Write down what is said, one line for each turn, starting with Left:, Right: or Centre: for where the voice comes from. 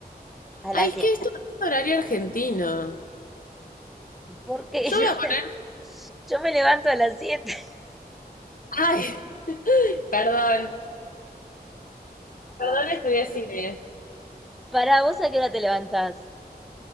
Centre: A
Left: Ay,
Centre: las
Left: es
Centre: siete
Left: que esto no es horario argentino.
Centre: Porque
Left: Yo
Centre: <laughs>
Left: voy
Centre: yo,
Left: a poner...
Centre: me- yo me levanto a las siete <laughs>
Left: Ay, <laughs> perdón. Perdón,
Centre: Ay,
Left: estudié cine.
Centre: Para ¿vos a qué hora te levantás?